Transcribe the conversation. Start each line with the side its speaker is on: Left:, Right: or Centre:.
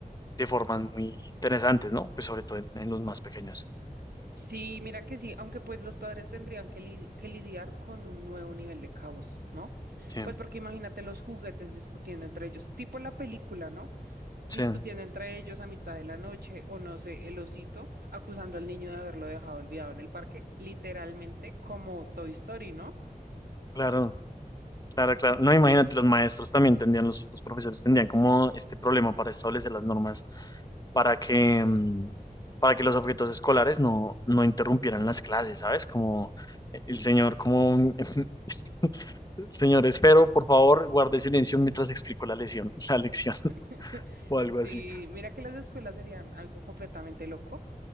Left: de formas muy interesantes, ¿no? Pues sobre todo en, en los más pequeños.
Right: Sí, mira que sí, aunque pues los padres tendrían que, li- que lidiar con un nuevo nivel de caos, ¿no?
Left: Sí,
Right: Pues porque imagínate los juguetes discutiendo entre ellos, tipo la película, ¿no? Discutiendo
Left: sí,
Right: entre ellos a mitad de la noche, o no sé, el osito acusando al niño de haberlo dejado olvidado en el parque, literalmente como Toy Story, ¿no?
Left: claro. Claro, claro. No, imagínate, los maestros también tendrían, los, los profesores tendrían como este problema para establecer las normas para que, mm, para que los objetos escolares no, no interrumpieran las clases, ¿sabes? Como el señor, como <laughs> señor Esfero, por favor, guarde silencio mientras explico la lección, la lección <laughs>
Right: <laughs>
Left: o algo así.
Right: Sí, mira que las escuelas serían algo completamente loco.